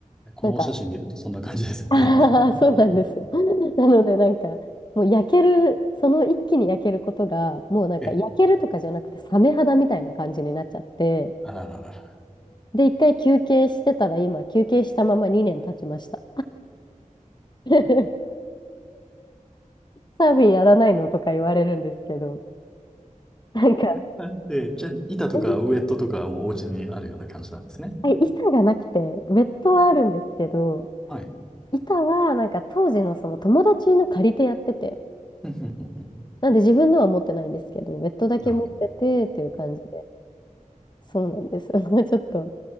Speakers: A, in the centre; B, on the left.
A: このお写真見るとそんな感じですよね。
B: なんか、<laughs> ああ、
A: <laughs>
B: そうなんですよ。
A: うん
B: <laughs> なので、なんか、もう焼ける、その一気に焼けることが、もうなんか焼けるとかじゃなくて、
A: ええ。
B: サメ肌みたいな感じになっちゃって、
A: あらららら。
B: で、一回休憩してたら、今、休憩したまま2年経ちました。<laughs> サーフィンやらないのとか言われるんですけど、なんか、
A: あええ、じゃあ、板とかウエットとかもお家にあるような感じなんですね。
B: <laughs> うん板がなくて、ウェットはあるんですけど、
A: ああはい。
B: 板は、なんか当時のその友達の借りてやってて、
A: うんうんうんうん
B: なんで自分のは持ってないんですけど、ベッドだけ持っててっていう感じで、
A: なるほど。
B: そうなんです。<laughs> もうちょっと